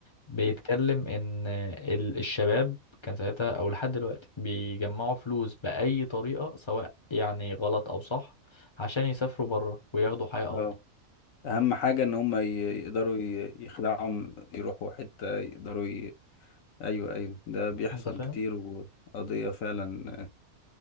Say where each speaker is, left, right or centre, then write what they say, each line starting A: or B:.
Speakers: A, on the left (about 30°); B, on the left (about 70°).
A: بيتكلم ان آه، ال- الشباب كان ساعتها او لحد دلوقتي بيجمعوا فلوس باي طريقه سواء يعني غلط او صح عشان يسافروا بره وياخدوا حياه افضل
B: امم اهم حاجه ان هم ي- يقدروا ي- يخلعهم يروحوا حته يقدروا ي... ايوه ايوه ده بيحصل
A: انت فاهم
B: كتير وقضيه فعلا